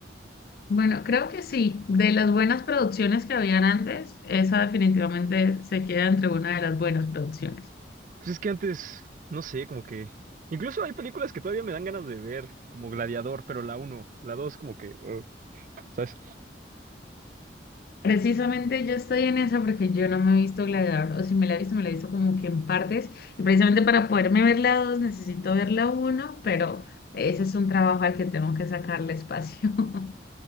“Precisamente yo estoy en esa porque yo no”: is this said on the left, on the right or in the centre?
Left